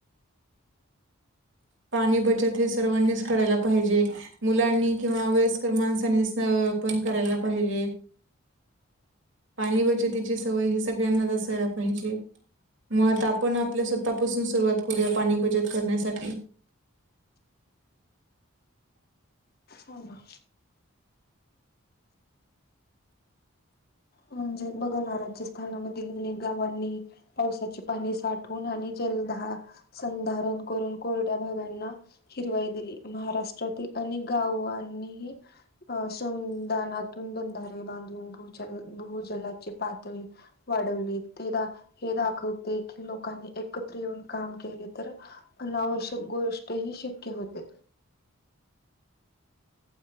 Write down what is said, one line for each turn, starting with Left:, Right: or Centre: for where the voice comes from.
Right: पाणी बचत हे, सर्वांनीच करायला पाहिजे. मुलांनी किंवा, वयस्कर माणसांनी अं पण करायला, पाहिजे. पाणी बचतीची सवय ही, सगळ्यांनाच असायला पाहिजे, मुळात आपण, आपल्या स्वतःपासून सुरुवात करूया, पाणी बचत करण्यासाठी.
Left: हो, ना, म्हणजे बघा ना, राज्यस्थानामधील अनेक गावांनी पावसाची पाणी साठवून, आणि जलधार संधारण करून, कोरड्या भागाना, हिरवाई दिली, महाराष्ट्रातील अनेक गावांनीही, अं श्रमदानातून बंधारे बांधून, भूजल भूजलाची पातळी, वाढवली ते दा हे, दाखवते की लोकांनी एकत्र येऊन काम केले तर, अनावश्यक गोष्ट ही, शक्य होते,